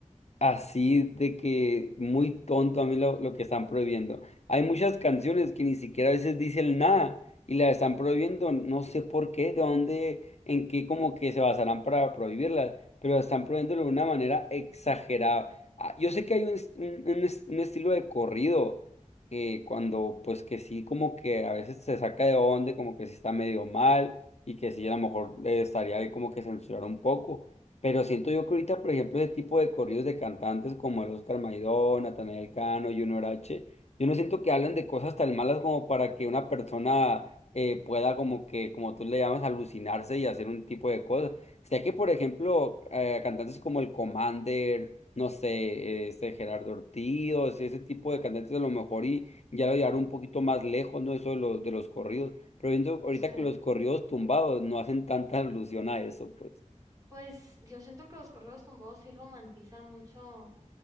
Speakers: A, on the left; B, on the right.
A: así de que muy tonto a mí lo, lo que están prohibiendo. Hay muchas canciones que ni siquiera a veces dicen nada y las están prohibiendo, no sé por qué, de dónde, en qué como que se basarán para prohibirlas, pero están prohibiéndolo de una manera exagerada. Ah, Yo sé que hay un, es- un, un es- un estilo de corrido que cuando pues que sí como que a veces se saca de onda, como que sí está medio mal y que sí a lo mejor eh, estaría bien como que censurar un poco. Pero siento yo que ahorita, por ejemplo, ese tipo de corridos de cantantes como el Oscar Maidón, Natanael Cano, Junior H, yo no siento que hablen de cosas tan malas como para que una persona eh, pueda como que, como tú le llamas, alucinarse y hacer un tipo de cosas. Sé que, por ejemplo, eh, cantantes como el Commander, no sé, este Gerardo Ortiz, o sea, ese tipo de cantantes a lo mejor y ya lo llevaron un poquito más lejos, ¿no? Eso de los, de los corridos. Pero viendo ahorita
B: Sí.
A: que los corridos tumbados no hacen tanta <laughs> alusión a eso, pues.
B: Pues yo siento que los correos tumbados sí romantizan mucho,